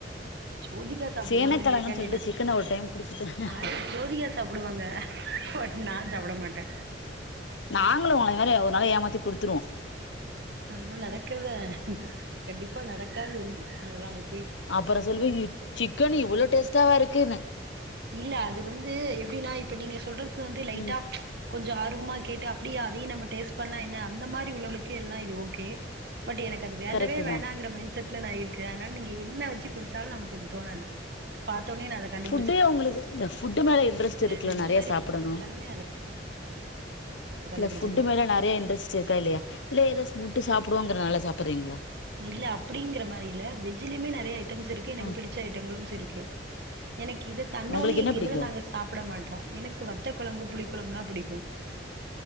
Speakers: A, on the right (about 65°); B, on the left (about 85°).
A: ஜோதிகா சாப்டுவாங்கங்கறக்காண்டி
B: சேன கிழங்குனு சொல்லிட்டு
A: நா
B: சிக்கன ஒரு டைம் குடுத்துப் பாருங்க
A: அது ஜோதிகா சாப்டுவாங்க பட் நா சாப்ட மாட்ட
B: நாங்களும் உங்கள ஒரு நாளை ஏமாத்தி கொடுத்துருவோ
A: அதெல்லா நடக்கல கண்டிப்பா நடக்காது அதெல்லா இப்
B: அப்புற சொல்விங்க சிக்கன் இவ்வளவு டேஸ்டாவா இருக்குன்னு
A: இல்ல அது வந்து எப்டின்னா இப்ப நீங்க சொல்றது வந்து லைட்டா
B: ம்
A: கொஞ்ச ஆர்வமா கேட்டு அப்டியே அதையு நம்ம டேஸ்ட் பண்ணா என்ன அந்த மாரி உள்ளவங்களுக்கு எல்லா இது ஓகே பட் எனக்கு அது வேண்டவே
B: கரெக்ட்டு
A: வேணாங்கிற
B: தா
A: மைன்ட் செட்ல நா இருக்க அதனால நீங்க என்ன வச்சு குடுத்தாலு நமக்குஅது தோணது பாத்தோனே அத கண்டுபிடிச்சுருவேன்.
B: ஃபுட்டே உங்களுக்கு ஃபுட்டு மேல இன்ட்ரெஸ்ட் இருக்குல்ல
A: வெஜ்
B: நெறைய
A: மாரி
B: சாப்பிடணு
A: பண்ணி குடுத்தாலுமே அத
B: இல்ல
A: கண்டுபிடிச்சுருவேன்.
B: ஃபுட்டு் மேல நெறைய இன்ட்ரெஸ்ட் இருக்கா இல்லையா இல்ல ஏதோ சுவிட்டு சாப்டுவோங்கறதனால சாப்ட்றீங்களா
A: இல்ல அப்டிங்கிற மாரி இல்ல வெஜ்லயுமே நெறைய ஐட்டம்ஸ் இருக்கு எனக்கு
B: ஆ
A: பிடிச்ச ஐட்டங்களும்ஸ் இருக்கு எனக்கு இத தன்னவொன்ன
B: உங்களுக்கு என்ன
A: எங்க
B: பிடிக்கு
A: இதுல நாங்க சாப்பிட மாட்டோ எனக்கு வத்த குழம்பு புளி குழம்புனா பிடிக்கு